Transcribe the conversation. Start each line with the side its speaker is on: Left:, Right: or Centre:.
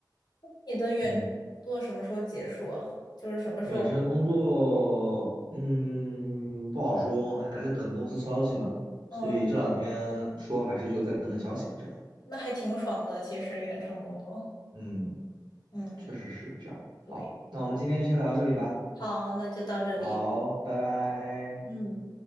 Left: 你的远做什么时候结束啊？
Right: 嗯，
Left: 就是什么时候？
Right: 远程工作，嗯，不好说，还在等公司消息呢。
Left: 哦，
Right: 所以这两天说还是就再等等消息，
Left: 那
Right: 这样。
Left: 那还挺爽的，其实远程工作。
Right: 嗯，
Left: 嗯，
Right: 确实是这样。好，
Left: 对。
Right: 那我们今天就先聊到这里吧。
Left: 好，那就到这里。
Right: 好，拜拜。
Left: 嗯。